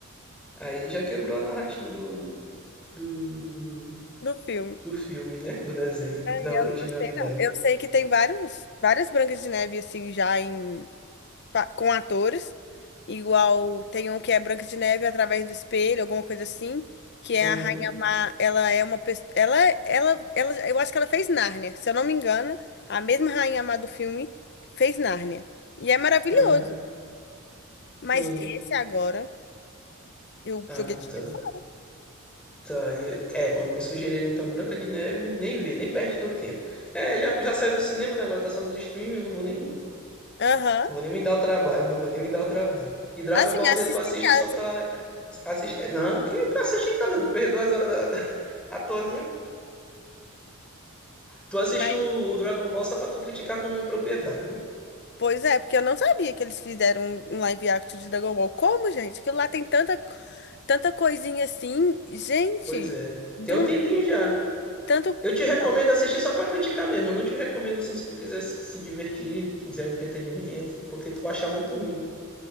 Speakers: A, in the centre; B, on the left.
A: Aí já quebrou a narrativa do, do, do, do,
B: do filme.
A: do filme, né? Do desenho, da
B: Eu
A: originalidade.
B: não gostei, não. Eu sei que tem vários, várias Brancas de Neve assim já em pa- com atores, igual tem um que é Branca de Neve através do espelho, alguma coisa assim, que é
A: Aham,
B: a Rainha Má, ela é uma pessoa, ela, ela, ela, eu acho que ela fez Nárnia, se eu não me engano, a mesma Rainha Má do filme fez Nárnia, e é maravilhoso,
A: aham,
B: mas
A: sim.
B: esse agora, eu
A: Ah,
B: joguei dinheiro
A: tá.
B: fora.
A: Tá. E É, é, quando me sugerirem então Branca de Neve, nem vê, nem perde seu tempo. É, já, já saiu do cinema, né? Agora tá só nos streaming, eu não vou nem.
B: Aham,
A: Não vou nem me dar o trabalho, não vou nem me dar o trabalho. E Dragon
B: Assim,
A: Ball
B: assista
A: Z tu assiste
B: em casa,
A: só pra. Assistir... é, Não, que pra assistir em casa, eu vou perder duas horas da <laughs> à toazinha. Tu assiste
B: mas...
A: o o Dragon Ball só pra tu criticar com propriedade, viu?
B: Pois é, porque eu não sabia que eles fizeram um um live action de Dragon Ball. Como, gente? Aquilo lá tem tanta, tanta coisinha assim. Gente,
A: Pois é.
B: do
A: Tem um tempinho já.
B: Tanto.
A: Eu te recomendo
B: Não.
A: assistir só pra criticar mesmo. Eu não te recomendo assim se tu quiser se se divertir, quiser um entretenimento, porque tu vai achar muito ruim.